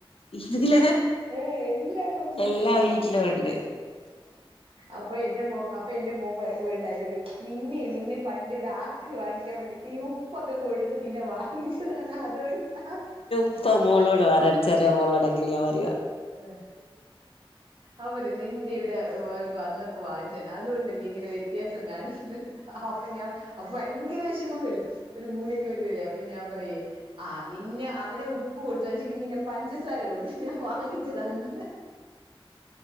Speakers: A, on the left (about 80°); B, on the right (about 70°).
A: ഇത്
B: ഏഹ് എല്ലാടും ഉണ്ട്
A: എല്ലാ
B: ഇതെല്ലാം
A: വീട്ടിലും ഉണ്ട്
B: അപ്പൊ എന്റെ മോ അപ്പൊ എന്റെ മോൻ ഒരു ഡയലോഗ് നിന്നെ നിന്നെ പണ്ട് ഇവിടെ ആക്രി വാങ്ങിക്കാൻ വേണ്ടിട്ട് ഉപ്പൊക്കെ കൊടുത്ത് നിന്നെ വാങ്ങിച്ചതാണ് അതുകൊണ്ടാ
A: ഇപ്പൊ മോളൊ പറയും ചെറിയ മോളോട് അങ്ങനയ പറയ.
B: ഏഹ് അവര് നിന്നെ ഇവിടെ ഒരു വന്നപ്പോ വാങ്ങിച്ചയാണ് അതുകൊണ്ടല്ലേ ഇങ്ങനെ വ്യത്യാസം കാണിക്കുന്നേ അപ്പൊ ഞാൻ അപ്പൊ ഭയങ്കര വിഷമം വരും ഒരു മൂലയ്ക്ക് പോയി ഇരുന്ന് കരയും അപ്പൊ ഞാൻ പറയേ ആഹ് നിന്നെ അവനെ ഉപ്പ് കൊടുത്ത് വാങ്ങിച്ചക്കി നിന്നെ പഞ്ചസാര കൊടുത്ത് വാങ്ങിച്ചതണ്ട്